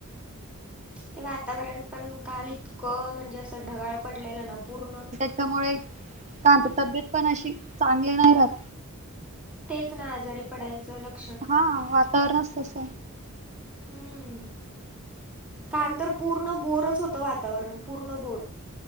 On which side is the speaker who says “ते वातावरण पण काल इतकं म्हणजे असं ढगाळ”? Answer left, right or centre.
Centre